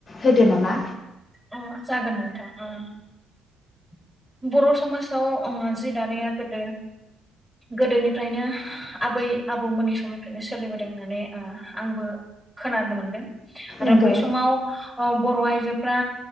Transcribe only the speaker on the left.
होदो नामा?
नंगौ